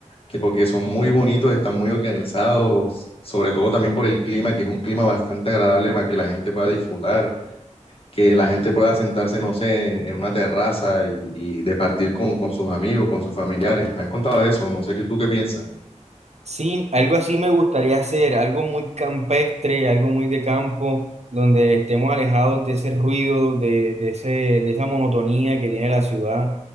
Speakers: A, on the left; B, on the right.
A: que porque son muy bonitos, están muy organizados, sobre todo también por el clima, que es un clima bastante agradable para que la gente pueda disfrutar, que la gente pueda sentarse, no sé, en una terraza y, y departir con, con sus amigos, con sus familiares. Me han contado eso, no sé qué tú qué piensas.
B: Sí, algo así me gustaría hacer, algo muy campestre, algo muy de campo, donde estemos alejados de ese ruido, de, de ese, de esa monotonía que tiene la ciudad,